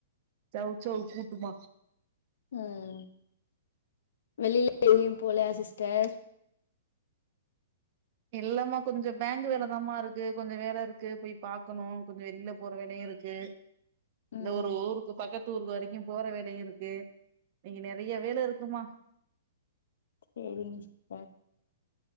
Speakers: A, on the right; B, on the left.
A: சச்ச கட்டமா
B: உஹம் வெளில எும் போலையா சிஸ்டர்
A: இல்லமா கொஞ்சோ பேங்க் வேலதாமா இருக்கு கொஞ்சோ வேல இருக்கு போய் பாக்கணு கொஞ்சோ வெளில போற வேலையு இருக்கு இந்த
B: ம்
A: ஒரு ஊருக்கு பக்கத் தூருக்கு வரைக்கு போற வேலையு இருக்கு இங்க நிறைய வேல இருக்குமா
B: சேரிங்க சிஸ்டர்